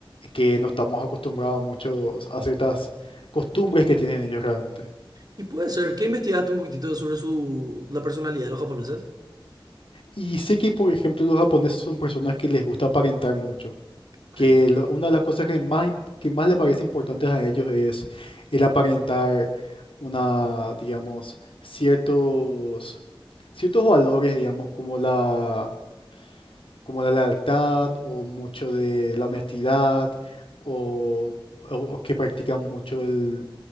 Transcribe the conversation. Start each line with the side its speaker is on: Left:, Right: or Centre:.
Left: que no estamos acostumbrados muchos a ciertas costumbres que tienen ellos realmente.
Right: Y puede ser, ¿qué investigaste un poquitito sobre su, la personalidad de los japoneses?
Left: Y sé que, por ejemplo, los japoneses son personas que les gusta aparentar mucho,
Right: Ok.
Left: que lo- una de las cosas que más, im- que más les parece importantes a ellos es el aparentar una, digamos, ciertos, ciertos valores, digamos, como la como la lealtad o mucho de la honestidad o, o- o que practican mucho el,